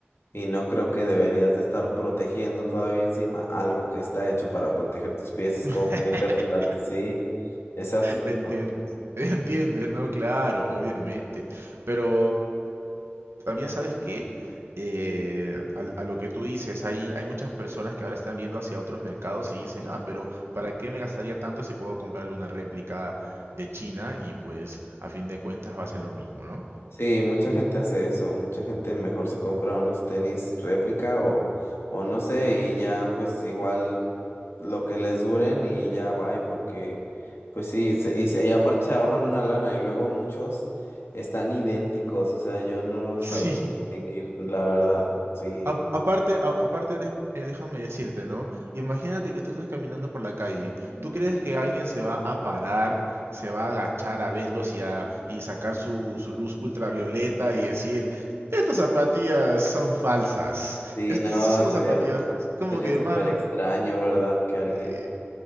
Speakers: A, on the left (about 85°); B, on the right (about 80°).
A: y no creo que deberías de estar protegiendo todavía encima algo que está hecho para proteger tus pies, es
B: <laughs>
A: como muy redundante, sí, es absurdo.
B: ¿Me entiendes? <laughs> ¿Entiendes? No, claro, obviamente. Pero... También sabes que eh, a, a lo que tú dices, hay, hay muchas personas que ahora están viendo hacia otros mercados y dicen, ah, pero ¿para qué me gastaría tanto si puedo comprar una réplica de China? Y pues a fin de cuentas va a ser lo mismo, ¿no?
A: Sí, mucha gente hace eso, mucha gente mejor se compra unos tenis réplica o, o no sé, y ya pues igual lo que les duren y ya va, y porque pues sí, se- y, se- y aparte se ahorran una lana y luego muchos están idénticos, o sea, yo no los
B: <laughs>
A: sabría
B: Sí,
A: distinguir, la verdad, sí,
B: A- aparte, a- aparte déjame, déjame decirte, ¿no? Imagínate que tú estás caminando por la calle. ¿Tú crees que alguien se va a parar, se va a agachar a verlos y, a, y sacar su, su luz ultravioleta y decir, estas zapatillas son falsas?
A: sí,
B: Estas
A: no,
B: estas son
A: sería,
B: las zapatillas falsas. Como
A: sería
B: que,
A: súper
B: hermano,
A: extraño,
B: y-
A: ¿verdad? Que alguien,
B: y-